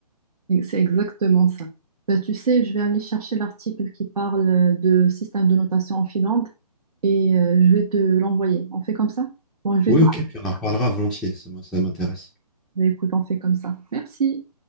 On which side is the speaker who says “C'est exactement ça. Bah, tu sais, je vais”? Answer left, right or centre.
Right